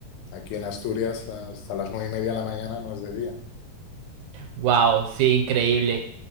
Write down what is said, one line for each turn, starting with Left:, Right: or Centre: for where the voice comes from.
Left: Aquí en Asturias hasta las nueve y media de la mañana no es de día.
Right: wow, sí, increíble.